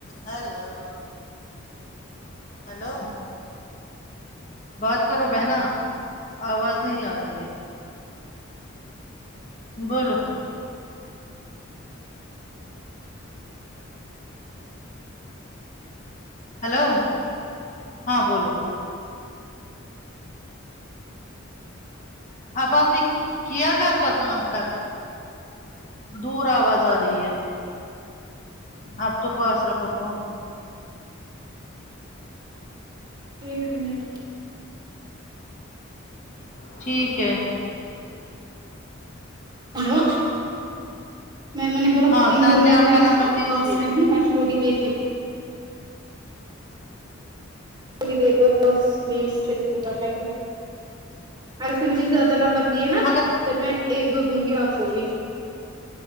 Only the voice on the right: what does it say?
ایک منٹ
ہیلو میں مینے بولا
خدیم
بول
رہا ہے
میں
کلاس
میں تھی میں تھوڑی دیر کے ٹھوڈی دیر بعد دس منٹ سے <unintelligible> اگر اس نے مجھے زیادہ نمبر دیے نا
پھر میں ایک دو دوں گی آپ کو بھی